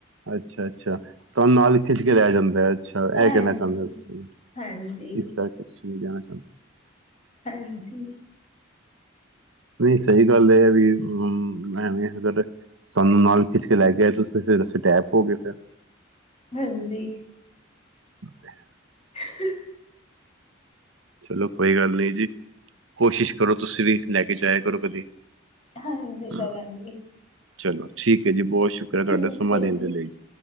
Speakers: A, on the right; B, on the left.
A: ਅੱਛਾ ਅੱਛਾ ਤੁਹੂੰ ਨਾਲ ਖਿੱਚ ਕੇ ਲਿਆਆ ਜਾਂਦਾ ਹੈ ਅੱਛਾ
B: ਹਾਂਜੀ
A: ਇਹ ਕਹਿਣਾ ਚਾਹੁੰਦੇ ਹੋ ਤੁਸੀਂ
B: ਹਾਂਜੀ
A: ਇਸ ਕਰਕੇ ਜਾਣਾ
B: ਹਾਂਜੀ
A: ਨਹੀਂ ਸਹੀ ਗੱਲ ਇਹ ਹੈ ਵੀ ਐਵੇਂ ਅਗਰ ਤੁਹਾਨੂੰ ਨਾਲ ਖਿੱਚ ਕੇ ਲੈ ਕੇ ਤੁਸੀਂ ਫਿਰ ਸਟੈਪ ਹੋ ਗਏ ਫਿਰ
B: ਹਾਂਜੀ
A: ਤੇ ਹੈ
B: ਹ
A: ਚਲੋ ਕੋਈ ਗੱਲ ਨੀ ਜੀ ਕੋਸ਼ਿਸ਼ ਕਰੋ ਤੁਸੀਂ ਵੀ ਲੈ ਕੇ ਜਾਇਆ ਕਰੋ ਕਦੀ
B: ਹਾਂਜੀ
A: ਹਮ,
B: ਕਰਾਂਗੀ
A: ਚਲੋ ਠੀਕ ਹੈ ਜੀ ਬਹੁਤ ਸ਼ੁਕਰ
B: ਠੀਕ
A: ਹੈ ਤੁਹਾਡਾ ਸਮਾਂ
B: ਹੈ
A: ਦੇਣ
B: ਜੀ
A: ਦੇ ਲਈ